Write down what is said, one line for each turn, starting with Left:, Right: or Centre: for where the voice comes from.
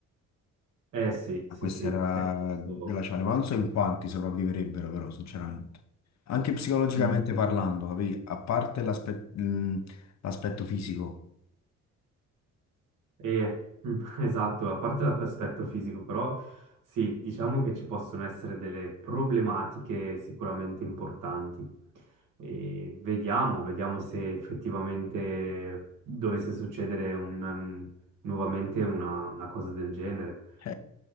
Right: Eh sì, sì,
Left: a quest'era
Right: sì. Cioè, nel senso,
Left: glaciale, ma non so in quanti sopravviverebbero però, sinceramente. Anche psicologicamente
Right: mm.
Left: parlando, capì? A parte l'aspe- mh, l'aspetto fisico.
Right: E, mm, <laughs> esatto, a parte l'aspetto fisico, però sì, diciamo che ci possono essere delle problematiche sicuramente importanti. E vediamo, vediamo se effettivamente dovesse succedere un, um, nuovamente una, una cosa del genere.
Left: <laughs>